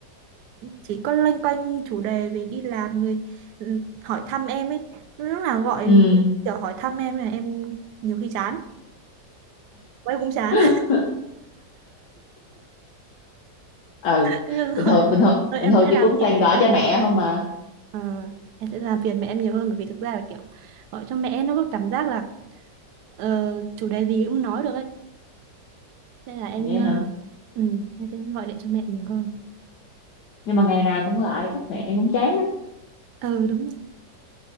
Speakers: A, on the right (about 70°); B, on the left (about 70°).
A: chỉ có loanh quanh chủ đề về đi làm rồi ừ, hỏi thăm em ấy lúc nào gọi
B: ừ
A: cũng kiểu hỏi thăm em là em nhiều khi chán bố em cũng chán
B: <laughs>
A: <laughs>
B: ừ
A: Thế nên thôi
B: bình thường bình thường
A: thôi
B: bình
A: em
B: thường
A: sẽ
B: chị
A: làm
B: cũng
A: phiền
B: toàn
A: mẹ
B: gọi
A: em
B: cho
A: nhiều
B: mẹ
A: hơn
B: không mà
A: Ờ, em sẽ làm phiền mẹ em nhiều hơn bởi vì thực ra là kiểu gọi cho mẹ nó có cảm giác là ờ, chủ đề gì cũng nói được ấy Nên là em
B: vậy
A: ờ,
B: hả?
A: ừ, em sẽ gọi điện cho mẹ nhiều hơn.
B: Nhưng mà ngày nào cũng gọi chắc mẹ em cũng chán đó.
A: Ừ đúng rồi.